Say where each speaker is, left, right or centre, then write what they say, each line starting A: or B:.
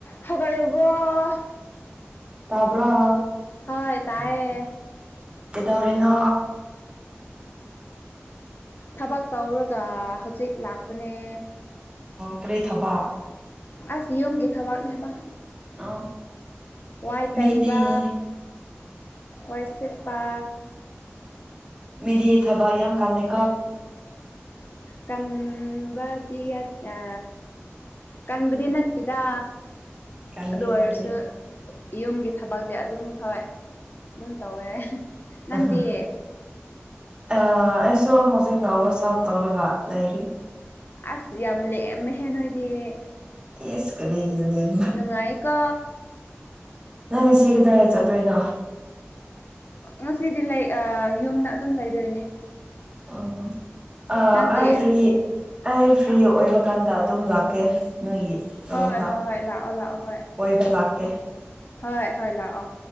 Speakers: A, on the left (about 50°); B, on the right (about 20°).
A: ꯍꯧꯒꯠꯔꯕ꯭ꯔꯣ
B: ꯇꯥꯕꯔ
A: ꯍꯣꯏ ꯇꯥꯏꯌꯦ
B: ꯀꯩꯗꯧꯔꯤꯅꯣ
A: ꯊꯕꯛ ꯇꯧꯔꯒ ꯍꯧꯖꯤꯛ ꯂꯥꯛꯄꯅꯦ
B: ꯀꯔꯤ ꯊꯕ
A: ꯑꯁ ꯌꯨꯝꯒꯤꯦ ꯊꯕꯥꯛꯅꯦꯕ
B: ꯑꯣ
A: ꯋꯥꯏ
B: ꯃꯤꯗꯤ
A: ꯇꯩꯕ ꯋꯥꯏ ꯁꯤꯠꯄꯥ
B: ꯃꯤꯗꯤ ꯊꯕꯛ ꯌꯥꯝ ꯀꯜꯂꯦ
A: ꯀꯝꯕ ꯑ ꯀꯟꯕꯗꯤ ꯅꯠꯇꯦꯗ
B: ꯀꯜꯂꯦ
A: ꯑꯗꯨ ꯑꯣꯏꯔꯁꯨ
B: ꯀꯜꯂꯦ
A: ꯌꯨꯝꯒꯤ ꯊꯕꯛꯁꯦ ꯑꯗꯨꯝ ꯍꯣꯏ ꯑꯗꯨꯝ ꯇꯧꯋꯦ ꯅꯪꯗꯤ
B: ꯎꯝ ꯑꯩꯁꯨ ꯍꯧꯖꯤꯛꯅ ꯋꯥꯋꯁ ꯑꯥꯎꯠ ꯇꯧꯔꯒ ꯂꯩꯔꯤ
A: ꯑꯁ ꯌꯥꯝ ꯂꯦꯛꯑꯃꯦꯍꯦꯟ ꯅ ꯍꯣꯏꯗꯤ
B: ꯌꯦꯁ ꯀꯔꯒꯤ ꯂꯞ
A: ꯅꯨꯡꯉꯥꯏꯀꯣ
B: ꯅꯪ ꯉꯁꯤ ꯀꯗꯥꯏ ꯆꯠꯇꯣꯏꯅꯣ
A: ꯉꯁꯤꯗꯤ ꯂꯩ ꯑ ꯌꯨꯝꯗ ꯑꯗꯨꯝ ꯂꯩꯗꯣꯏꯅꯦ
B: ꯑꯣ ꯑ
A: ꯅꯪꯗꯤ
B: ꯑꯩ ꯐꯤ ꯑꯩ ꯐ꯭ꯔꯤ ꯑꯣꯏꯕ ꯀꯥꯟꯗ ꯑꯗꯨꯝ ꯂꯥꯛꯀꯦ ꯅꯣꯏꯒꯤ ꯔꯣꯝꯗ
A: ꯍꯣꯏ ꯍꯣꯏ ꯍꯣꯏ ꯂꯥꯛꯑꯣ ꯂꯥꯛꯑꯣ ꯍꯣꯏ
B: ꯀꯣꯏꯕ ꯂꯥꯛꯀꯦ
A: ꯍꯣꯏ ꯍꯣꯏ ꯂꯥꯛꯑꯣ